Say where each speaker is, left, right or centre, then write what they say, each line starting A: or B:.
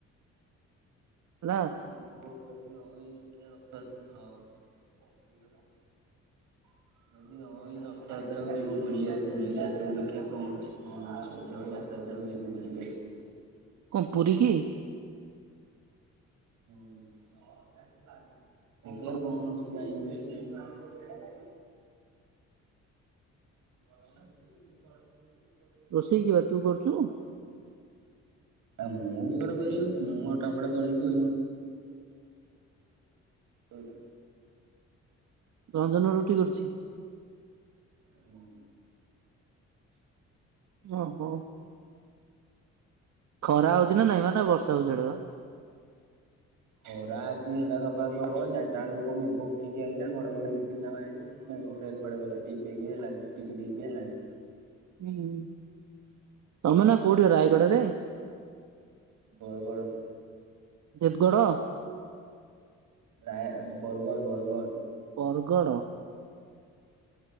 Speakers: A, on the right; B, on the right.
A: ହେଲା।
B: <unintelligible>
A: <inaudible>
B: <inaudible> ଯଦି ହବ ଏଇ ରଥଯାତ୍ରା କୁ ଯିବୁ ବୁଲିବାକୁ ବୁଲିକି ଆସିବୁ ଦେଖିବା କଣଛି କଣ <unintelligible> ତାକୁ ଯିବୁ ବୁଲିକି ଆସିବୁ।
A: କଣ ପୁରୀ କି?
B: ହୁଁ ଦେଖିଆ
A: ଅ
B: କଣ ହଉଚି ଜାଇ ହଉଛି କି ନାଇଁ? <inaudible>
A: ରୋଷେଇ କିଏ ବେ ତୁ କରୁଛୁ?
B: ଆଉ ମୁଁ ବି ଗଡେ କରିବ ମୁଁ ଅଟାପଟା ଦଳିକି <unintelligible>
A: ରଞ୍ଜନ ରୁଟି କରୁଛି।
B: ହୁଁ।
A: ଓହୋ। ଖରା ହଉଛି ନା ନାଇଁ ବା ନା ବର୍ଷା ହଉଛି ସେଆଡ଼େ ବା?
B: ଖରା ଆଜି ହେଲା ସକାଳୁ ପ୍ରବଳ ଚାରିଟା ବେଳକୁ ତ ମେଘ ଉଠେଇକି ଆଇଲା ଘଡଘଡି ଦି ତିନିଟା ମାଇଲା। ମେଘ ଫେର କୁଆଡ଼େ ଗଲା ଟିକଟିକ ହେଲାଣି ଟିପିଟିପି ହେଲାଣି।
A: ହୁଁ ତମେ ନା କୋଉଠି ରାୟଗଡରେ?
B: ବରଗଡ଼।
A: ଦେବଗଡ଼।
B: ରା ବର୍ଗଡ଼ ବର୍ଗଡ଼।
A: ବରଗଡ଼।